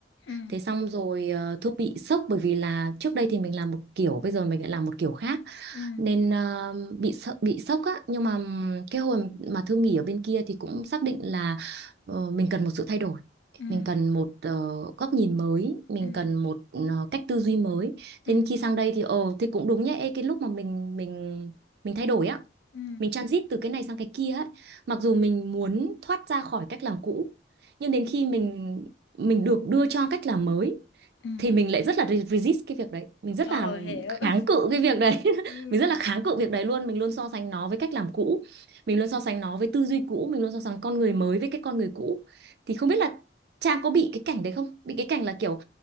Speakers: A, on the left; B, on the right.
A: ừ
B: thế xong rồi ờ, Thư bị sốc bởi vì là trước đây thì mình làm một kiểu bây giờ mình lại làm một kiểu khác
A: ừ
B: nên ờ, bị sợ, bị sốc á nhưng mà ừm, cái hồi mà Thư nghỉ ở bên kia thì cũng xác định là ờ, mình cần một sự thay đổi
A: ừ
B: mình cần một ờ, góc nhìn mới mình
A: ừ
B: cần một ờ, cách tư duy mới
A: ừ
B: thế
A: ừ
B: nên khi sang đây thì ờ thì cũng đúng nhá Ê, cái lúc mà mình mình mình thay đổi á
A: ừ.
B: mình transit từ cái này sang cái kia ấy mặc dù mình muốn thoát ra khỏi cách làm cũ nhưng đến khi mình mình được đưa cho cách làm mới
A: ừ.
B: thì mình lại rất là re- resist cái việc đấy mình rất
A: Ờ
B: là
A: hiểu.
B: kháng
A: <laughs>
B: cự cái việc đấy <laughs>
A: Ừ.
B: mình rất là kháng cự việc đấy luôn mình luôn so sánh nó với cách làm cũ mình luôn so sánh nó với tư duy cũ mình luôn so sánh con người mới với cái con người cũ thì không biết là Trang có bị cái cảnh đấy không bị cái cảnh là kiểu